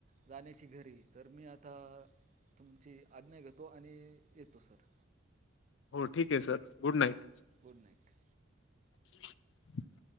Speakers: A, on the right (about 40°); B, on the left (about 70°).
A: जाण्याची घरी तर मी आता, तुमची आज्ञा घेतो, आणि येतो सर.
B: हो ठीके sir, good night.
A: Good night.
B: <inaudible>